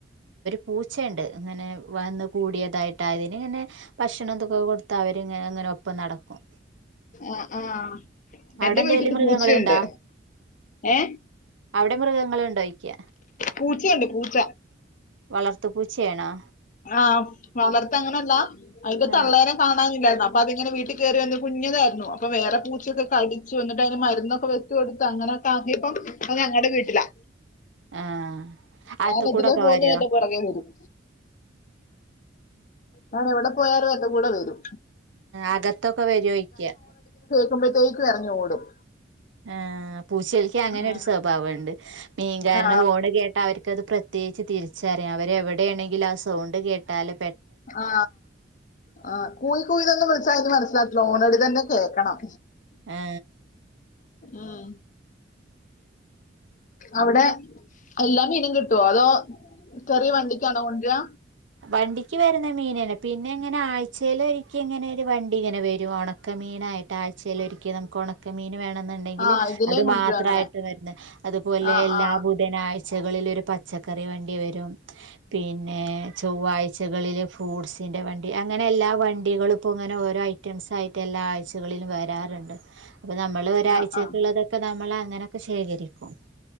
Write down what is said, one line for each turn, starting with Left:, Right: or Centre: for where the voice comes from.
Right: പൂച്ചയ്ണ്ട് ഇങ്ങനെ വന്ന് കൂടിയതായിട്ടാ അതിന് ഇങ്ങനെ ഭക്ഷണംന്തൊക്കെ കൊടുത്ത അവരിങ്ങനെ അങ്ങനെ ഒപ്പം നടക്കും
Left: ആഹ ആഹ
Right: അവിടെ
Left: എന്റെ
Right: എന്തെലും
Left: വീട്ടില്
Right: മൃഗങ്ങളുണ്ടോ
Left: പൂച്ചയുണ്ട് ഏ
Right: അവിടെ മൃഗങ്ങളുണ്ടോ ചോദിക്ക
Left: പൂച്ചയുണ്ട് പൂച്ച
Right: വളർത്തു പൂച്ചേണാേ
Left: ആഹ് വളർത്തെ അങ്ങനെല്ല അതിന്റെ
Right: ആ
Left: തള്ളേനെകാണാനി- ല്ലായിരുന്നു അപ്പൊ അതിങ്ങനെ വീട്ടിൽ കയറി വന്ന് കുഞ്ഞതായിരുന്നു അപ്പൊ വേറെ പൂച്ചയൊക്കെ കടിച്ചുന്നിട്ട് അതിന് മരുന്നൊക്കെ വെച്ചു കൊടുത്ത് അങ്ങനെൊക്കെ ആക്കിയപ്പംഅത് ഞങ്ങടെ വീട്ടിലാ.
Right: ആ അകത്ത്
Left: ഞാൻ ഇതിലെ
Right: കൂടൊക്കെ
Left: പോന്ന്
Right: വരുവോ
Left: എന്റെ പുറകെ വരും ഞാൻ എവിടെ പോയാലും എന്റെ കൂടെ വരും
Right: അകത്തൊക്കെ വരോഴിക്യാ
Left: <unintelligible> മ്പോഴത്തേക്ക് ഇറങ്ങി ഓടും
Right: ആ പൂച്ചൽക്ക് അങ്ങനെ
Left: ഉം.
Right: ഒരു സ്വഭാവണ്ട് മീൻകാരാന്റെ
Left: ആ
Right: ഹോണ് കേട്ടാ അവർ ത് പ്രത്യേകിച്ച് തിരിച്ചറിയാം അവരെ എവിടെയാണെങ്കിൽ ആ സൗണ്ട് കേട്ടാലും
Left: ആ ആ കൂയ് കൂയ് ന്നോന്നും വി ത് മനസ്സിലാകണം ഓണടി തന്നെ കേൾക്കണം
Right: ഹേ
Left: ഉം അവിടെ എല്ലാ മീനും കിട്ടുവോ അതോ ചെറിയ വണ്ടിക്കാണോ കൊണ്ടരാ
Right: വണ്ടിക്ക് വരുന്ന മീനന്നെ പിന്നെ ഇങ്ങനെ ആഴ്ചെല് ഒരിക്ക ഇങ്ങനെ ഒരു വണ്ടി ഇങ്ങനെ വരും ഒണക്കമീനായിട്ട് ആഴ്ചയിൽ ഒരിക്കൽ നമുക്ക് ഒണക്കമീൻ വേണം ണ്ടെങ്കില്
Left: ആ ഇതിലേം
Right: അത്
Left: കൊണ്ടുവരാ
Right: മാത്രയിട്ട്
Left: അങ്ങനെ
Right: വന്ന് അതുപോലെ
Left: ആ
Right: എല്ലാ
Left: ആ
Right: ബുധനാഴ്ചകളിലും ഒരു പച്ചക്കറി വണ്ടി വരും പിന്നെ ചൊവ്വാഴ്കളില് ഫ്രൂട്ട്സിന്റെ വണ്ടി അങ്ങനെ എല്ലാ വണ്ടികളും അപ്പോ ഇങ്ങനെ ഓരോ ഐറ്റംസാ ആയിട്ട് എല്ലാ ആഴ്ചകളിലും വരാറ്ണ്ട് അപ്പോ നമ്മള് ഒരാഴ്ചക്കുള്ളതൊക്കെ
Left: ആ ആ
Right: നമ്മള് അങ്ങനെ ശേഖരിക്കും